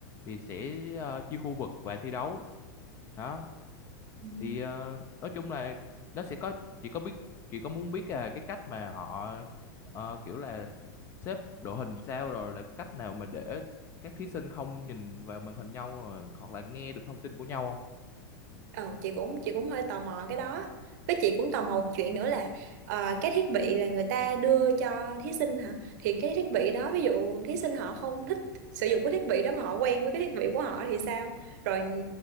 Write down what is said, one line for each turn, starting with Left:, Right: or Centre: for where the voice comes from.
Left: thì sẽ ờ, chia khu vực và thi đấu đó
Right: Ừ.
Left: thì ờ, nói chung là nó sẽ có chị có biết chị có muốn biết là cái cách mà họ ờ, kiểu là xếp đội hình sao rồi là cách nào mà để các thí sinh không nhìn vào màn hình nhau rồi hoặc là nghe được thông tin của nhau không
Right: Ờ, chị cũng chị cũng hơi tò mò cái đó với chị cũng tò mò một chuyện nữa là ờ, cái thiết bị là người ta đưa cho thí sinh hả thì cái thiết bị đó ví dụ thí sinh họ không thích sử dụng cái thiết bị đó mà họ quen với cái thiết bị của họ thì sao rồi